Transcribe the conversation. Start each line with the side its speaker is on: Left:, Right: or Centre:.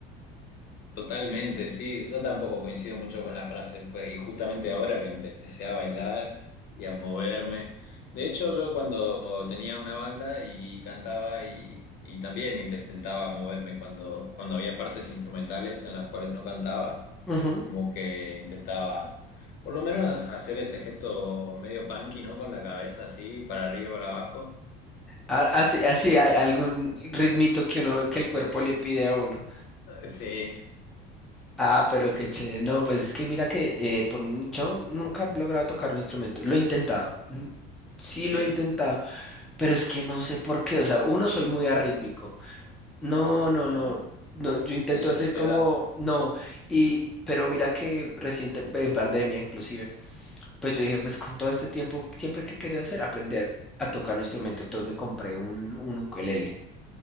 Left: Totalmente, sí. Yo tampoco coincido mucho con la frase, pues, y justamente ahora que empecé a bailar y a moverme. De hecho, yo cuando tenía una banda y cantaba y, y también intentaba moverme cuando, cuando había partes instrumentales en las cuales no cantaba.
Centre: Ujú.
Left: Como que intentaba, por lo menos, hacer ese gesto medio punky, ¿no? Con la cabeza así, para arriba y para abajo.
Centre: A- Así, así, a- algún ritmito que uno, que el cuerpo le pide a uno.
Left: Eh, Sí,
Centre: Ah, pero qué chévere. No, pues es que mira que eh, por, mí- yo nunca he logrado tocar un instrumento. Lo he intentado. mm, Sí
Left: sí.
Centre: lo he intentado. Pero es que no sé por qué. O sea, uno soy muy arrítmico. No, no,
Left: Ajá.
Centre: no, no, yo intento
Left: No se
Centre: hacer
Left: te
Centre: como,
Left: da.
Centre: no, y, pero mira que reciente, en pandemia inclusive, pues yo dije, pues con todo este tiempo, siempre que quería hacer, aprender a tocar un instrumento, entonces me compré un, un ukelele.